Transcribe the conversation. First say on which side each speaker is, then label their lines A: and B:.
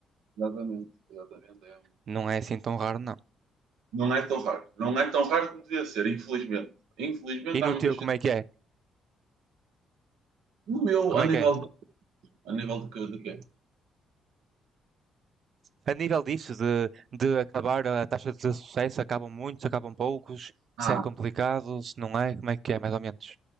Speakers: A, on the right; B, on the right.
A: Exatamente, exatamente. É um-
B: Não é assim tão raro, não.
A: Não é tão raro. Não é tão raro como devia ser, infelizmente. Infelizmente
B: E no
A: há muita
B: teu,
A: gente.
B: como é que é?
A: No meu,
B: Como
A: a
B: é
A: nível
B: que é?
A: de, a nível de, que- de quê?
B: A nível disso, de, de acabar a taxa de sucesso, acabam muitos, acabam poucos,
A: Ah,
B: se é complicado, se não é, como é que é, mais ou menos?